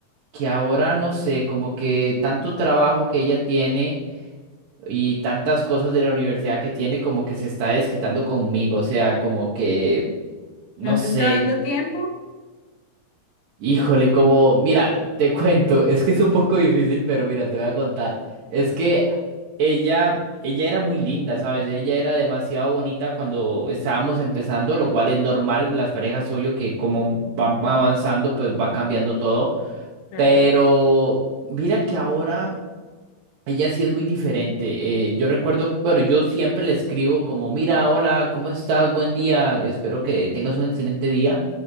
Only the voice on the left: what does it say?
¿No
te está dando tiempo?
Bueno,
claro.